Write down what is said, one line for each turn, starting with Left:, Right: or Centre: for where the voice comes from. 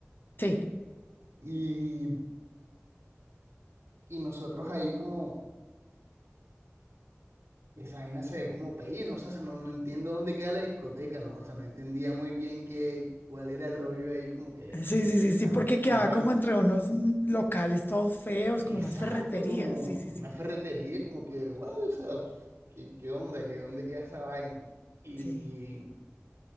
Left: Sí.
Right: y, y nosotros ahí como... Y esa vaina se ve como pelle, ¿no? O sea, o sea, no, no entiendo dónde queda la discoteca, ¿no? O sea, no entendía muy bien qué, cuál era el rollo ahí, como que, che,
Left: Sí, sí, sí, sí,
Right: está,
Left: porque quedaba
Right: ajá,
Left: como entre unos mm, locales todos feos,
Right: exacto,
Left: como unas ferreterías.
Right: como
Left: Sí, sí,
Right: una
Left: sí.
Right: ferretería, como que, guau, o sea, pf, ¿qué, qué onda? ¿Qué, dónde queda esa vaina? Y,
Left: Sí,